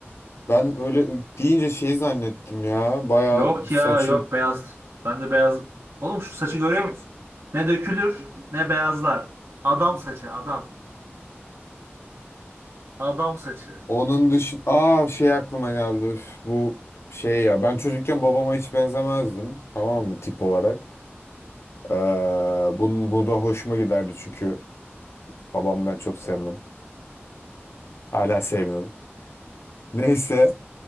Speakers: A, on the left; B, on the right.
A: Ben öyle deyince şey zannettim ya. Bayağı
B: Yok
A: saçın
B: ya yok beyaz. Ben de beyaz. Oğlum şu saçı görüyor musun? Ne dökülür ne beyazlar. Adam saçı adam. Adam saçı.
A: onun dışı Aa şey aklıma geldi. Üf, bu şey ya. Ben çocukken babama hiç benzemezdim. Tamam mı? Tip olarak. Ee, bunun bu da hoşuma giderdi çünkü babamı ben çok sevmem. Hala sevmiyorum. Neyse.